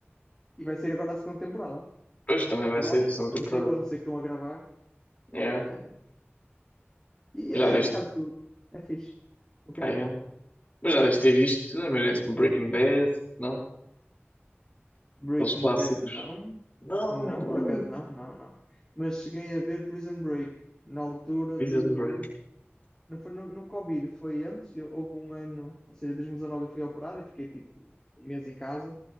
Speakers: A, on the left (about 15°); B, on the left (about 35°).
A: E vai ser agora a segunda temporada.
B: pois, também vai
A: Agora,
B: ser a segunda
A: não
B: temporada.
A: sei quando, sei que estão a gravar.
B: Yeah.
A: É, E
B: Já
A: é
B: deste,
A: por acaso. É fixe. O
B: pá,
A: quê?
B: yeah. Mas já deste ter visto, imagina, tipo, Breaking Bad, não?
A: Breaking
B: Aqueles clássicos.
A: Bad, não.
B: Não,
A: Não,
B: oi,
A: por acaso não, não, não. Mas cheguei a ver Prison Break na altura
B: Prison
A: do.
B: Break.
A: Não foi no, no Covid, foi antes, eu- houve um ano, ou seja, 2019 eu fui operado e fiquei tipo um mês em casa.